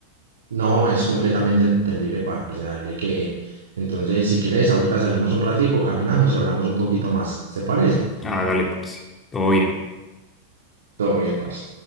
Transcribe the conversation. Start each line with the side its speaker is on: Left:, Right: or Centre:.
Right: No, es completamente entendible, parce, dale que... Entonces, si querés, ahorita salimos un ratico, caminamos y hablamos un poquito más, ¿te parece?
Left: Hágale, parce. Todo bien.
Right: Todo bien, parce.